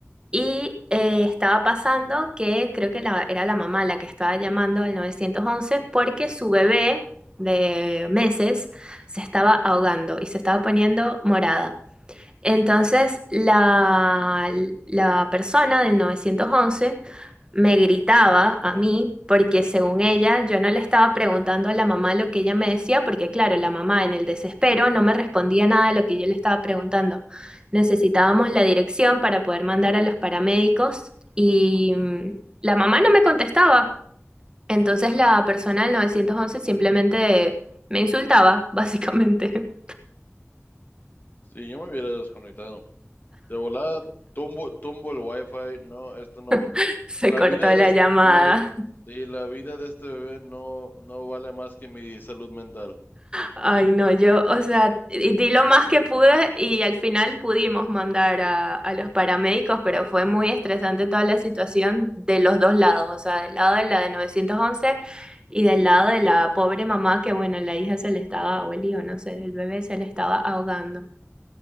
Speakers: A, on the right; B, on the left.
A: Y eh, estaba pasando que creo que la- era la mamá la que estaba llamando al 911 porque su bebé de meses se estaba ahogando y se estaba poniendo morada. Entonces la, la persona del 911 me gritaba a mí porque según ella yo no le estaba preguntando a la mamá lo que ella me decía porque claro, la mamá en el desespero no me respondía nada de lo que yo le estaba preguntando. Necesitábamos la dirección para poder mandar a los paramédicos y mm, la mamá no me contestaba. Entonces la persona del 911 simplemente me insultaba, básicamente.
B: Sí, yo me hubiera desconectado. De volada, tumbo, tumbo el wifi. No, esto no. va-
A: <laughs> Se
B: La
A: cortó
B: vida
A: la
B: de este,
A: llamada.
B: la, vi- sí, la vida de este bebé no, no vale más que mi salud mental.
A: Ay, no, yo, o sea, di di lo más que pude y al final pudimos mandar a, a los paramédicos, pero fue muy estresante toda la situación de los dos lados, o sea, del lado de la de 911 y del lado de la pobre mamá que, bueno, la hija se le estaba, o el hijo, no sé, el bebé se le estaba ahogando.